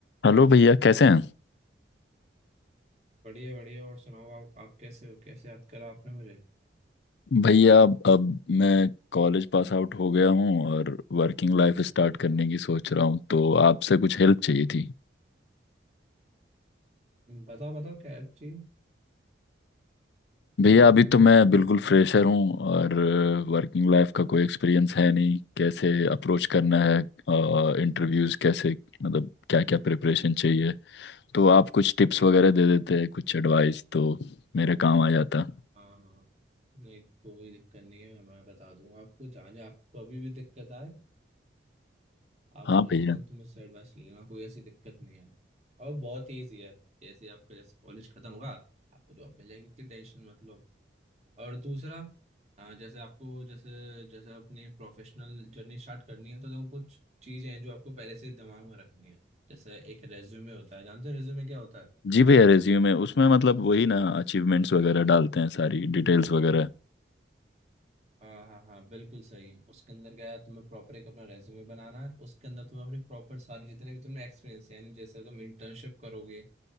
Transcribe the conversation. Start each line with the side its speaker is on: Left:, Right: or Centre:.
Left: Hello भैया कैसे हैं
Right: बढ़िया बढ़िया और सुनाओ आप आप कैसे हो कैसे याद करा आपने मुझे
Left: भैया अब अब मैं कॉलेज पास आउट हो गया हूँ और वर्किंग लाइफ स्टार्ट करने की सोच रहा हूँ तो आपसे कुछ हेल्प चाहिए थी
Right: बताओ बताओ क्या हेल्प चाहिए
Left: भैया अभी तो मैं बिल्कुल फ्रेशर हूँ और वर्किंग लाइफ का कोई एक्सपीरियंस है नहीं कैसे अप्रोच करना है इंटरव्यूज़ कैसे मतलब क्या क्या प्रिपरेशन चाहिए तो आप कुछ टिप्स वगैरह दे देते हैं कुछ एडवाइस तो मेरे काम आ जाता
Right: हाँ नहीं कोई दिक्कत नहीं है मैं बता दूंगा आपको जहाँ जहाँ आपको अभी भी दिक्कत आए आप
Left: हाँ
Right: मुझे
Left: भैया
Right: तुरंत मुझसे एडवाइस ले लेना कोई ऐसी दिक्कत नहीं है और बहुत ईजी है जैसे आपका जैसे कॉलेज खत्म होगा आपको जॉब मिल जाएगी इतनी टेंशन मत लो और दूसरा हाँ जैसे आपको जैसे जैसे अपनी प्रोफेशनल जर्नी स्टार्ट करनी है तो देखो कुछ चीज़ें हैं जो आपको पहले से दिमाग में रखनी है जैसे एक रेज्यूमे होता है जानते हो रेज्यूमे क्या होता है
Left: जी भैया रेज्यूमे उसमें मतलब वही ना अचीवमेंट्स वगैरह डालते हैं सारी डिटेल्स वगैरह
Right: हाँ हाँ हाँ बिल्कुल सही उसके अंदर क्या है तुम्हें प्रॉपर एक अपना रेज्यूमे बनाना है उसके अंदर तुम्हें अपनी प्रॉपर सारी जितने भी तुमने एक्सपीरियंस है यानी जैसे तुम इंटर्नशिप करोगे